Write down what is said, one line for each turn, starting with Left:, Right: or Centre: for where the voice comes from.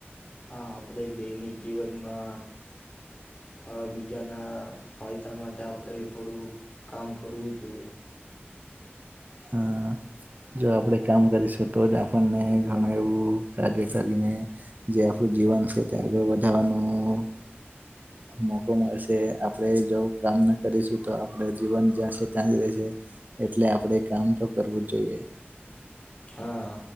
Left: હા આપડે દૈનિક જીવનમાં હ બીજાના ફાયદા માટે આપડે થોડું કામ કરવું જોઈએ.
Right: હા જો આપણેે કામ કરીશું તો જ આપણને ઘણું એવું કાર્ય કરીને જે આપણું જીવન છે તે આગળ વધારવાનું મોકો મળશે આપ આપણે જો કામ ન કરીશું તો આપડે જીવન જ્યાં છે ત્યાં જ રહેશે એટલે આપડે કામ તો કરવું જોઈએ.
Left: હા